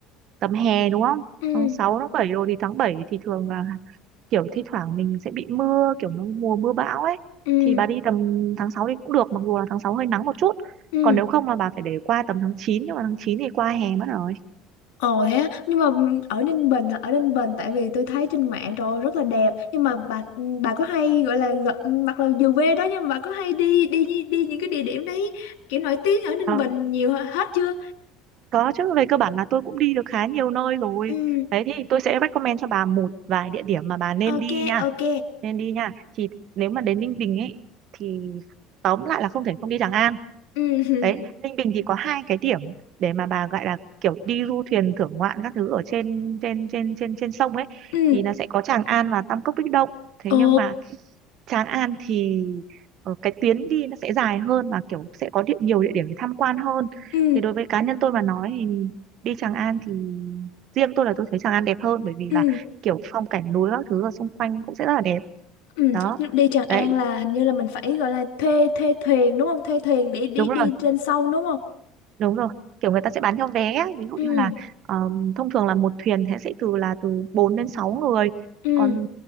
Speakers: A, on the right; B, on the left.
A: tầm hè đúng không
B: ừ,
A: tháng sáu tháng bảy rồi thì tháng 7 thì thường là kiểu thi thoảng mình sẽ bị mưa kiểu nó mùa mưa bão ấy
B: ừ,
A: thì bà đi tầm tháng 6 thì cũng được mặc dù là tháng 6 hơi nắng một chút
B: ừ.
A: còn nếu không là bà phải để qua tầm tháng chín nhưng mà tháng 9 thì qua hè mất rồi
B: Ồ thế á, nhưng mà ở Ninh Bình hả? ở Ninh Bình tại vì tôi thấy trên mạng rồi rất là đẹp nhưng mà bà bà có hay gọi là gặp mặc là dù quê đó nhưng mà bà có hay đi đi đi, đi những cái địa điểm đấy kiểu nổi tiếng ở Ninh
A: Ờ,
B: Bình nhiều hả- hết chưa?
A: có chứ về cơ bản là tôi cũng đi được khá nhiều nơi rồi
B: Ừ,
A: đấy thì tôi sẽ recommend cho bà một vài địa điểm mà bà nên
B: ok
A: đi nha
B: ok.
A: nên đi nha thì nếu mà đến Ninh Bình ấy thì tóm lại là không thể không đi Tràng An
B: Ừ, <laughs>
A: đấy Ninh Bình thì có hai cái điểm để mà bà gọi là kiểu đi du thuyền thưởng ngoạn các thứ ở trên trên trên trên trên sông ấy
B: ừ,
A: thì nó sẽ có Tràng An và Tam Cốc Bích Động thế
B: ồ,
A: nhưng mà Tràng An thì ờ, cái tuyến đi nó sẽ dài hơn mà kiểu sẽ có địa, nhiều địa điểm để tham quan hơn
B: ừ,
A: thì đối với cá nhân tôi mà nói thì đi Tràng An thì riêng tôi là tôi thấy Tràng An đẹp hơn bởi vì
B: ừ,
A: là kiểu phong cảnh núi các thứ ở xung quanh cũng sẽ rất là đẹp
B: ừ.
A: đó
B: Nhưng Đi Tràng An
A: đấy
B: là hình như là mình phải gọi là thuê thuê thuyền đúng không? Thuê thuyền để đi
A: đúng
B: đi trên sông đúng không?
A: đúng rồi kiểu người ta sẽ bán theo vé á. ví dụ
B: Ừ,
A: như là ờm, thông thường là một thuyền thế sẽ từ là từ 4 đến 6 người
B: ừ,
A: còn